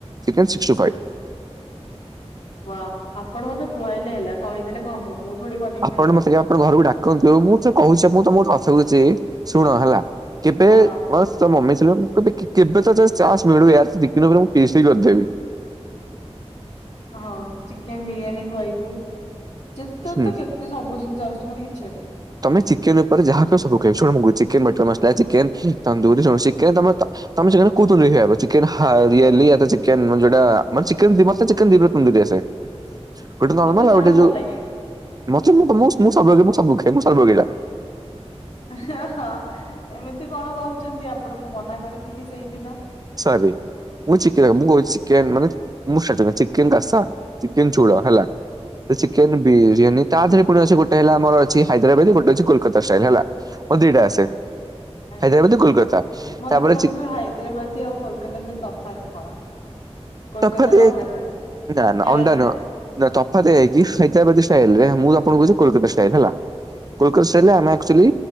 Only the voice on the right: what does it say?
ଚିକେନ ସିକ୍ସଟି ଫାଇଭ।
ଆପଣ
ମତେ ଆପଣଙ୍କ ଘରକୁ ଡାକନ୍ତୁ, ମୁଁ ତ କହୁଛି ମୁଁ ତମକୁ କଥା କହୁଛି ଶୁଣ ହେଲା କେବେ
ହ ତ ମମି ଥିଲେ ହବ କେ-କେବେ ତ ଚାନ୍ସ ମିଳୁ ୟାର, ଚିକେନ ଉପରେ ମୁଁ ପି ଏଚ ଡି କରିଦେବି।
ହୁଁ
ତମେ ଚିକେନ ଉପରେ ଯାହା କହିବ ସବୁ ଖୁଆଇବି। ଶୁଣ ମୁଁ କହୁଚି ଚିକେନ ମ୍ୟାଟର ତା ଚିକେନ ତନ୍ଦୁରି ଚିକେନ ତ ତମେ ତମେ କୋଉଥିରୁ ନେଇ ଖାଇବ ଚିକେନ ରିଆଲି ଚିକେନ ମୋର ଯୋଉଟା ମାନେ ଚିକେନ ଚିକେନ <unintelligible> ଗୋଟେ ନର୍ମାଲ
ଆଉ
ଯୋଉ
ମତେ ମୁଁ ମୁଁ ସବୁ ଖାଏ ମୁଁ ସର୍ବ ଗିଳା।
ସରି। ମୁଁ ଚିକେନ ମୁଁ କଉଛି ଚିକେନ ମାନେ ମୁଁ ଖାଇଦେବି ଚିକେନ କଷା, ଚିକେନ ଝୋଳ ହେଲା। ଚିକେନ ବିରିୟାନୀ ତା ଦେରେ ପୁଣି ଅଛି, ଗୋଟେ ହେଲା ଆମର ଅଛି ହାଇଦ୍ରାବାଦି ଗୋଟେ ଅଛି କୋଲକାତା ଷ୍ଟାଇଲ ହେଲା। ମୋର ଦିଟା ଆସେ।
ହାଇଦ୍ରାବାଦୀ କୋଲକାତା
ତାପରେ
ଚି
ତଫାତ ଏହା
କି
ନା ନା
ଅଣ୍ଡା
ନୁହଁ ନା ତଫାତ୍ ଏହା କି ହାଇଦ୍ରାବାଦୀ ଷ୍ଟାଇଲରେ ମୁଁ ଆପଣଙ୍କୁ କହୁଛି କୋଲକାତା ଷ୍ଟାଇଲ୍ ରେ ହେଲା। କୋଲକତା ଷ୍ଟାଇଲ
ରେ ଆମେ ଆକ୍ଚୁଆଲି